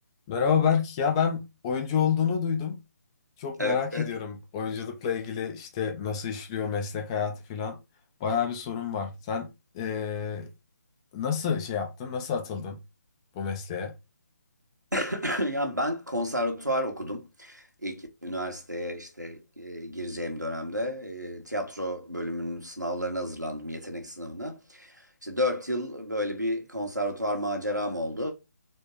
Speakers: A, on the left (about 20°); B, on the right (about 90°).
A: Merhaba Berk. Ya ben oyuncu olduğunu duydum. Çok merak
B: Evet.
A: ediyorum. Oyunculukla ilgili işte nasıl işliyor meslek hayatı falan. Bayağı bir sorun var. Sen eee, nasıl şey yaptın? Nasıl atıldın bu mesleğe?
B: <clears throat> Yani ben konservatuvar okudum. İlk üniversiteye işte e, gireceğim dönemde e, tiyatro bölümünün sınavlarına hazırlandım, yetenek sınavına. İşte 4 yıl böyle bir konservatuvar maceram oldu.